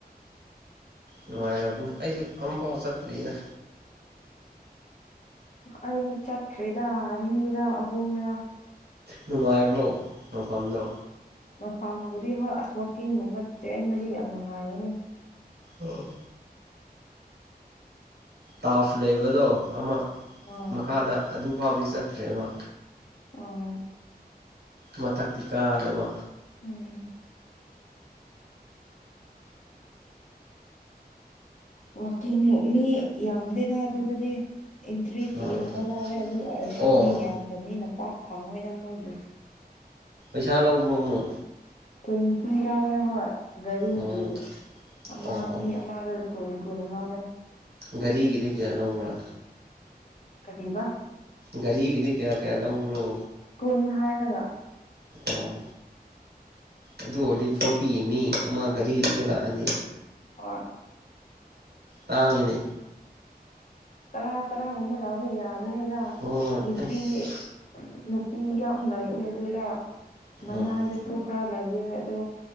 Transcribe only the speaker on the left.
ꯑꯩꯗꯤ ꯆꯠꯈ꯭ꯔꯦꯗ ꯑꯅꯤꯔ ꯑꯍꯨꯝꯔꯥ
ꯃꯐꯝꯕꯨꯗꯤ ꯍꯣꯏ ꯑꯁ ꯋꯥꯛꯀꯤꯡꯒꯨꯝꯕ ꯆꯦꯟꯕꯗꯤ ꯌꯥꯝ ꯅꯨꯡꯉꯥꯏꯒꯅꯤ
ꯑꯥ
ꯑꯣ
ꯎꯝ ꯋꯥꯀꯤꯡ ꯃꯤ ꯌꯥꯝꯗꯦꯗ ꯑꯗꯨꯗꯗꯤ ꯑꯦꯟꯇ꯭ꯔꯤ ꯐꯤꯒꯨꯝꯕ
ꯂꯧꯋꯦ ꯑꯗꯨ ꯑꯣꯏꯔꯁꯨ
ꯃꯤ ꯌꯥꯝꯗꯕꯅꯤꯅ ꯄꯥꯛ ꯐꯪꯉꯣꯏꯗ ꯃꯣꯏꯒꯤ
ꯇ꯭ꯋꯦꯟꯇꯤ ꯂꯥꯎꯔꯦ ꯍꯣꯏ ꯒꯥꯔꯤꯒꯤ
ꯑꯃ
ꯃꯤ ꯑꯃꯗ ꯨꯀꯨꯟꯀꯨꯟ ꯂꯧꯑꯦ
ꯀꯔꯤꯕ
ꯀꯨꯟ ꯍꯥꯏꯔꯒ
ꯍꯣꯏ
ꯇꯔꯥ ꯇꯔꯥꯒꯨꯝꯕ ꯂꯥꯎꯕ ꯌꯥꯕꯅꯤꯅ
ꯅꯨꯄꯤ
ꯅꯨꯄꯤ ꯌꯥꯝ ꯂꯩꯑꯦ ꯑꯗꯨꯗ ꯃꯌꯥꯏꯗꯁꯨ
ꯈꯔ ꯂꯩꯑ ꯑꯗꯣ